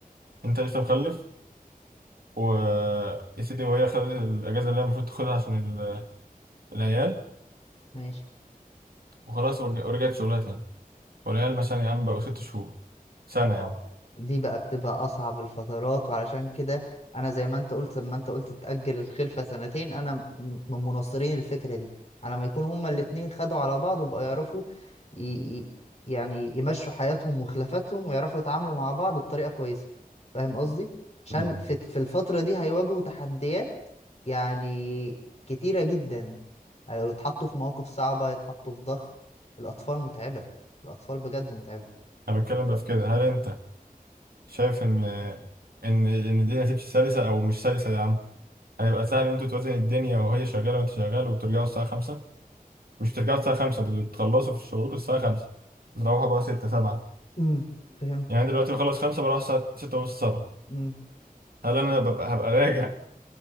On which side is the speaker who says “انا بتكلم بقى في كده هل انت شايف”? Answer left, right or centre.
Right